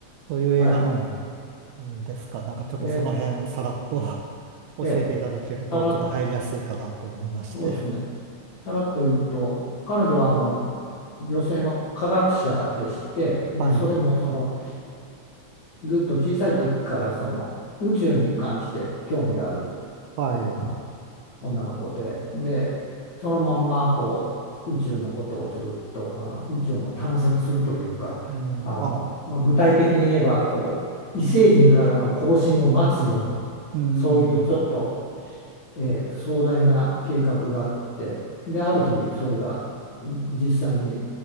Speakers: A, on the right; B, on the left.
A: どういう映画なん
B: はい。
A: ですかなんかちょっとその辺さらっと
B: ええ、
A: <laughs> 教えていただけると、
B: ええ。たら
A: ちょっと入りやすいかなと思いまして。
B: そうですね。さらっと言うと、彼女はあの女性の科学者でして、で、
A: はい、
B: それもそのずっと小さい時からその宇宙に関して興味がある
A: はい。
B: あ女の子で、で、そのまんまこう宇宙のことをずっとあの宇宙をまあ探索するというか、
A: うん、
B: あの、
A: あ、
B: まあ、具体的に言えばこう異星人からの交信を待つように、
A: うん、
B: そういうちょっとえー壮大な計画があってである日それが実際に